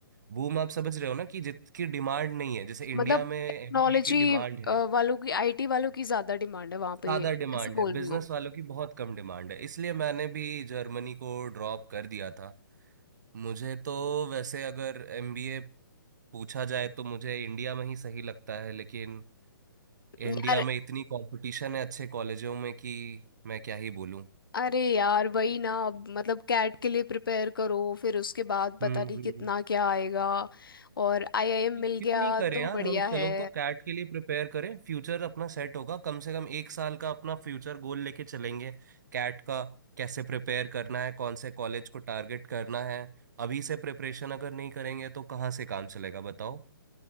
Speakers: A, on the right; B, on the left.
A: बूम आप समझ रहे हो ना कि जितकी डिमांड नहीं है जैसे इंडिया
B: मतलब
A: में एमबीए
B: टेक्नोलॉजी
A: की डिमांड है
B: वालों की आईटी वालों की ज़्यादा डिमांड है वहाँ पे
A: ज्यादा डिमांड
B: ऐसे
A: है
B: बोल
A: बिजनेस
B: रही हूँ
A: वालों की बहुत कम डिमांड है इसलिए मैंने भी जर्मनी को ड्रॉप कर दिया था मुझे तो वैसे अगर एमबीए पूछा जाए तो मुझे इंडिया में ही सही लगता है लेकिन इंडिया
B: <laughs> यार
A: में इतनी कंपटीशन है अच्छे कॉलेजों में कि मैं क्या ही बोलूं
B: अरे यार वही ना अब मतलब कैट के लिए प्रिपेयर करो फिर उसके बाद
A: हम्म
B: पता नहीं
A: हम्म
B: कितना क्या आएगा और आईआईएम
A: तो
B: मिल
A: क्यों
B: गया
A: नहीं करें
B: तो
A: यार
B: बढ़िया
A: हम चलो
B: है
A: तो कैट के लिए प्रिपेयर करें फ्यूचर अपना सेट होगा कम से कम एक साल का अपना फ्यूचर गोल लेके चलेंगे कैट का कैसे प्रिपेयर करना है कौन से कॉलेज को टारगेट करना है अभी से प्रिपरेशन अगर नहीं करेंगे तो कहाँ से काम चलेगा बताओ